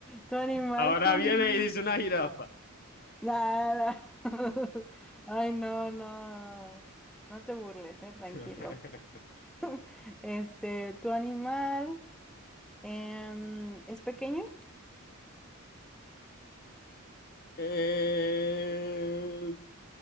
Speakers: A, in the centre; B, on the left.
A: tu animal
B: Ahora
A: comió.
B: viene y dice una jirafa.
A: Nada. <laughs> Ay, no, no. No te burles, eh, tranquilo.
B: <laughs>
A: <laughs> Este, tu animal em, es pequeño,
B: Eh,